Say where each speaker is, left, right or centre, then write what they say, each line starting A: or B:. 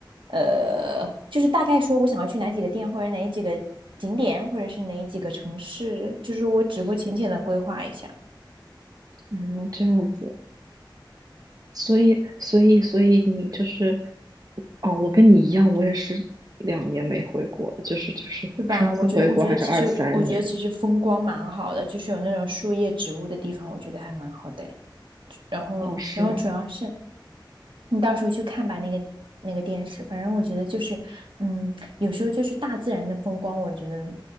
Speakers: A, on the right; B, on the right.
A: 呃，就是大概说我想要去哪几个店或者哪几个景点或者是哪几个城市，就是我只会浅浅的规划一下。
B: 嗯，这样子。所以，所以，所以你就是，哦，我跟你一样，我也是两年没回国，就是就是上次回国还是二三年，
A: 对吧？我觉得，我觉得其实，我觉得其实风光蛮好的，就是有那种树叶、植物的地方，我觉得还蛮好的诶然后，
B: 哦，是吗？
A: 然后主要是你到时候去看吧，那个那个电视，反正我觉得就是，嗯，有时候就是大自然的风光，我觉得